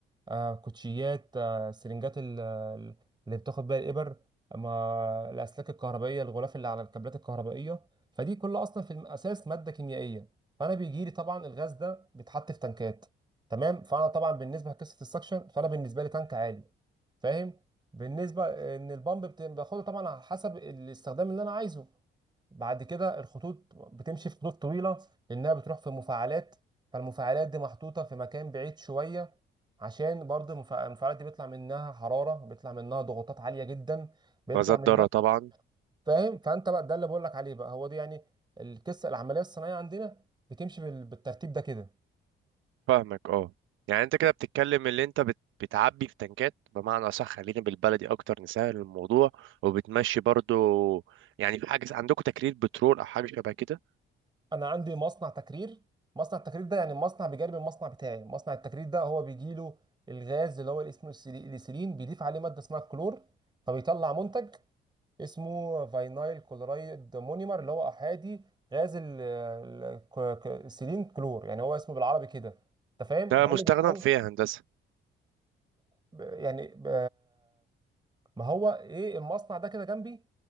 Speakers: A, on the right (about 20°); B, on the right (about 80°).
A: آه، كوتشيات آه، سرنجات ال- ال- اللي بتاخد بيها الابر ما الاسلاك الكهربائيه الغلاف اللي على الكابلات الكهربائيه فدي كلها اصلا في الاساس ماده كيميائيه فانا بيجي لي طبعا الغاز ده بيتحط في تنكات تمام فانا طبعا بالنسبه لقصه السكشن فانا بالنسبه لي تانك عالي فاهم بالنسبه ان البامب بت- باخده طبعا على حسب الاستخدام اللي انا عايزه بعد كده الخطوط بتمشي في خطوط طويله لانها بتروح في مفاعلات فالمفاعلات دي محطوطه في مكان بعيد شويه عشان برضه المفا- المفاعلات دي بيطلع منها حراره بيطلع منها ضغوطات عاليه جدا بيطلع
B: غازات
A: منها
B: ضاره طبعا
A: فاهم فانت بقى ده اللي بقول لك عليه بقى هو دي يعني القصه العمليه الصناعيه عندنا بتمشي بال- بالترتيب ده كده
B: فاهمك اه يعني انت كده بتتكلم اللي انت بت... بتعبي في تنكات بمعنى صح خلينا بالبلدي اكتر نسهل الموضوع وبتمشي برضو يعني في حاجه عندكم تكرير بترول او حاجه شبه كده
A: انا عندي مصنع تكرير مصنع التكرير ده يعني مصنع بجانب المصنع بتاعي مصنع التكرير ده هو بيجي له الغاز اللي هو الاسم اليسيلين بيضيف عليه ماده اسمها الكلور فبيطلع منتج اسمه فاينايل كلورايد مونيمر اللي هو احادي غاز ال- ال- ك- ك- السيلين كلور يعني هو اسمه بالعربي كده انت فاهم
B: ده
A: ده
B: مستخدم
A: اللي بيتحول
B: في هندسه
A: ب- يعني ب- ما هو ايه المصنع ده كده جنبي